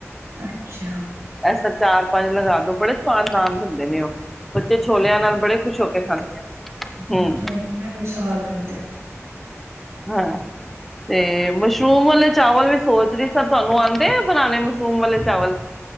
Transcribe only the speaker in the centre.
ਐਸਾ ਚਾਰ ਪੰਜ ਲਗਾ ਦੋ ਬੜੇ ਸਵਾਦ ਨਾਨ ਹੁੰਦੇ ਨੇ ਉਹ ਛੋਲਿਆਂ ਨਾਲ ਬੜੇ ਖੁਸ਼ ਹੋ ਕੇ ਖਾਂਦੇ ਆ
ਹੂੰ
ਹਾਂ ਤੇ ਮਸ਼ਰੂਮ ਵਾਲੇ ਚਾਵਲ ਵੀ ਸੋਚ ਰਹੀ ਸਾਂ, ਤੁਹਾਨੂੰ ਆਂਦੇ ਆ ਬਣਾਣੇ ਮਸ਼ਰੂਮ ਵਾਲੇ ਚਾਵਲ?